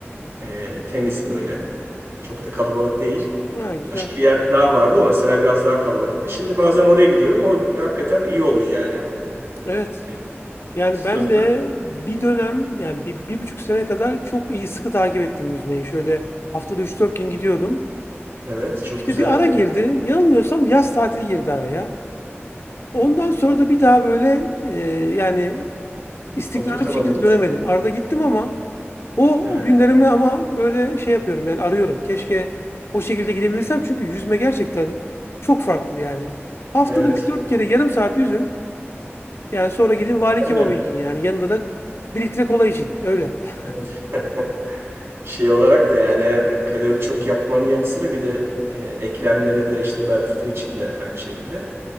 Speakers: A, on the right; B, on the left.
A: Ee, temiz böyle. Çok da kalabalık değil.
B: Ha güzel.
A: Başka bir yerde daha vardı. O mesela biraz daha kalabalıktı. Şimdi bazen oraya gidiyorum. O hakikaten iyi oluyor yani.
B: Evet.
A: Evet,
B: Yani
A: sırt,
B: ben de bir dönem yani bir, bir buçuk sene kadar çok iyi sıkı takip ettim yüzmeyi. Şöyle haftada üç dört gün gidiyordum.
A: evet çok
B: İşte
A: güzel.
B: bir ara girdi. Yanılmıyorsam yaz tatili girdi araya. Ondan sonra da bir daha böyle e, yani istikrarlı
A: Oturtamadım.
B: bir şekilde dönemedim. Arada gittim ama o
A: Evet,
B: günlerimi ama böyle şey yapıyorum yani arıyorum. Keşke o şekilde gidebilirsem çünkü yüzme gerçekten çok farklı yani. Haftada
A: evet.
B: üç dört kere yarım saat yüzün. Yani sonra gidin vali kebabı
A: Öyle.
B: yiyin yani yanında da bir litre kola için öyle. <laughs>
A: Evet. <laughs> Şey olarak da yani kalori çok yakmanın yanı sıra bir de e, eklemlere de işte bel fıtığı için de aynı şekilde